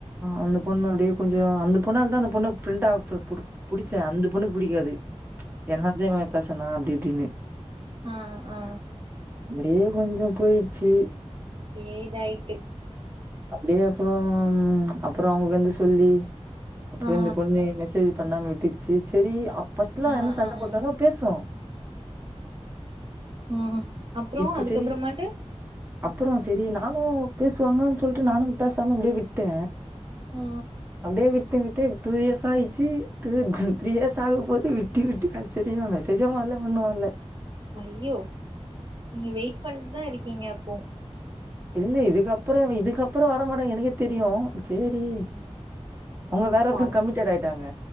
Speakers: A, on the right; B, on the right.
A: அந்த பொண்ணு அப்டியே கொஞ்சோ அந்த பொண்ணால தா அந்த பொண்ணு ஃபிரண்டா புடுச் புடிச்ச அந்த பொண்ணுக்கு புடிக்காது என்னால்தா இவ பேசுனா அப்டி இப்டின்னு
B: ஆ ஆ
A: அப்டியே கொஞ்சோ போய்ருச்சு
B: டே இதாய்ட்டு
A: அப்டியே அப்பற அப்பற அவங்க வந்து சொல்லி அப்பற
B: ஆ
A: இந்த பொண்ணு மெசேஜ் பண்ணாம விட்டுச்சு சரி ஃபர்ஸ்ட்ல
B: ஆ
A: என்ன சண்டை
B: ஆ
A: போட்டாலு பேசு
B: ம் அப்றோ
A: இப்போ
B: அதுக்கப்றமாட்டு
A: சரி அப்பற சரி நானு பேசுவாங்கன் சொல்ட்டு நானு பேசாம அப்டியே விட்ட
B: ஆ
A: அப்டியே விட்டு விட்டு டூ இயர்ஸ் ஆயிச்சு டூ த்ரீ இயர்ஸ் ஆக போது விட்டு விட்டு அது சரி மெசேஜு வரல ஒண்ணு வரல
B: ஐயோ நீங்க வெயிட் பண்ட்டுதா இருக்கீங்க அப்போ
A: இல்ல இதுக்கப்றோ இதுக்கப்றோ வரமாட்டாங்க எனக்கே தெரியு செரி
B: ம்
A: அவங்க
B: ஐயோ
A: வேற ஒருத்தர்
B: பாவோ
A: கமிட்டட் ஆயிட்டாங்க